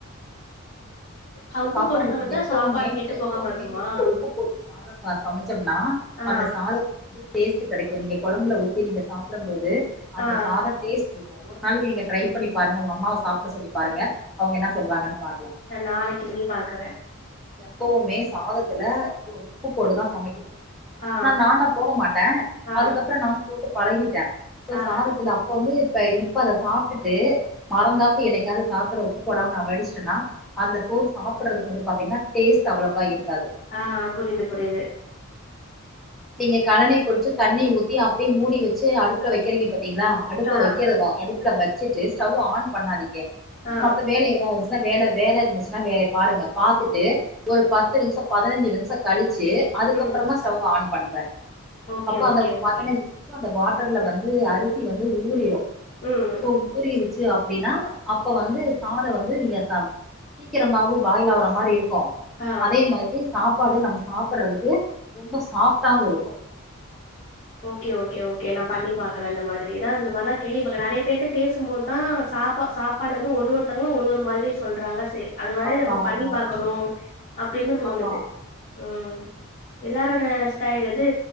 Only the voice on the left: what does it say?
அ உப்பு
போட்டு சமைச்சா
சாப்பாடு கெட்டு
போகாம இருக்குமா
ஆ
ஆ
நா நாளைக்கு பன்னி பாக்குறேன்
ஆ
ஆ
ஆ
ஆஹ் புரிது புரியுது
ஆ
ஆ
ம்
ஓகே
ஓகே
ஓகே
ம்
ஆ
ஓகே ஓகே ஓகே நா பண்ணி பாக்குறே அந்த மாத் துரிதா இந்த மாரிலா கேள்விபட்ட நறைய பேத்துக் பேசும்போத்தா சாப்பா சாப்பாடு வந்து ஒரு ஒருத்தங்களு ஒரு ஒரு மாதிரி சொல்றாங்க ஸ் து அது மாரி
நம்ப பண்ணி
பாக்கணு அப்டின்னும் தோணுது
ம் எல்லாரோட ஸ்டைல் எது